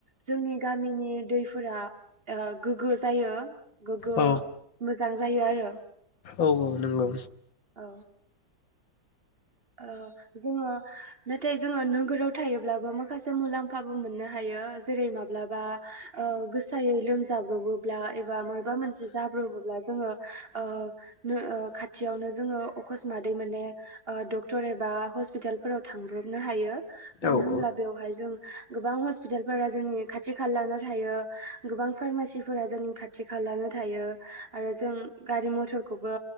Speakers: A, on the right; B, on the left.
A: जोंनि गामिनि दै फोरा ओ गोग्गो जायो गोग्गो
B: औ
A: मोजां जायो आरो।
B: औ औ नंगौ।
A: औ औ जोङो नाथाय जोङो नोगोराव थायोब्लाबो माखासे मुलाम्फाबो मोननो हायो जेरै माब्लाबा गोसायै लोमजाब्रबोब्ला एबा मबेबा मोनसे जाब्रबोब्ला जोङो ओ खाथियावनो जोङो अखसमातै माने ओ डक्टर एबा हस्पिटालफोराव थांब्रबनो हायो मानो
B: औ
A: होमब्ला
B: औ
A: बेवहाय जों गोबां हस्पिटालफोरा जोंनि खाथि खाला नार्स थायो गोबां फारमासिफोरा जोंनि खाथि खालानो थायो आरो जों गारि मथरखौबो